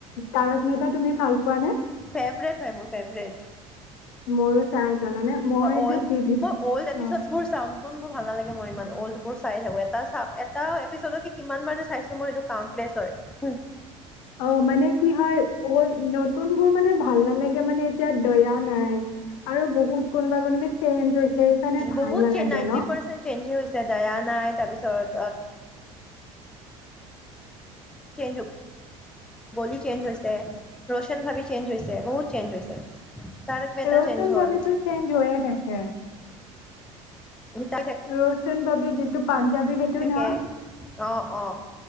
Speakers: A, on the left; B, in the centre.
A: তাৰাক মেহতা তুমি ভাল পোৱানে?
B: ফেভৰেট হয় মোৰ ফেভৰেট।
A: ময়ো চাওঁ জানানে। মই
B: অল্ড
A: যে টিভিত
B: মই অল্ড এপিচোড
A: অ
B: বোৰ চাও। নতুনবোৰ ভাল নালাগে মোৰ ইমান, অল্ডবোৰ চাই থাকোঁ। এটা এটা এপিচডকে কিমান বাৰ যে চাইছো মোৰ সেইটো কাউণ্টলেছ হয়। <unintelligible>
A: অঁ মানে কি হয়, অ' নতুনবোৰ মানে ভাল নালাগে মানে এতিয়া দয়া নাই। আৰু বহুত কোনোবা-কোনোবি চেঞ্জ হৈছে সেইকাৰণে ভাল
B: বহুত
A: নালাগে
B: নাইনটি
A: ন।
B: পাৰ্চেন্ট চেঞ্জ হৈছে গৈছে দয়া নাই তাৰপিছত <unintelligible> <unintelligible> গলি চেঞ্জ হৈছে, ৰোচন ভাবি চেঞ্জ হৈছে বহুত চেঞ্জ হৈছে। তাৰক মেহতা
A: ৰৌচন
B: চেঞ্জ হ'ল
A: ভাবিটো চেঞ্জ হৈয়ে থাকে।
B: <unintelligible>
A: ৰৌচন বাবি যিটো পাঞ্জাবী সেইটো
B: থাকে
A: ন
B: অ অ